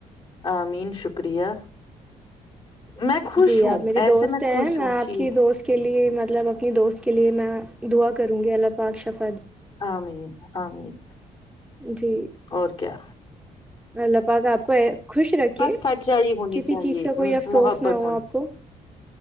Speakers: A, on the left; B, in the centre.
A: ا مین شکریہ میں خوش
B: جی
A: ہوں
B: آپ میری
A: ایسے
B: دوست ہیں
A: خوش
B: میں
A: ہوں
B: آپ
A: ٹھیک
B: کی دوست کے لیے مطلب اپنی دوست کے لیے میں دعا کروں گے اللہ پاک شف
A: امین امین
B: جی
A: اور کیا
B: اللہ پاکا آپ کو خوش رکھے
A: بس سچائی ہونی
B: کسی
A: چاہیے
B: چیز کا کوئی افسوس
A: محبت
B: نہ ہو
A: ہونی
B: آپ کو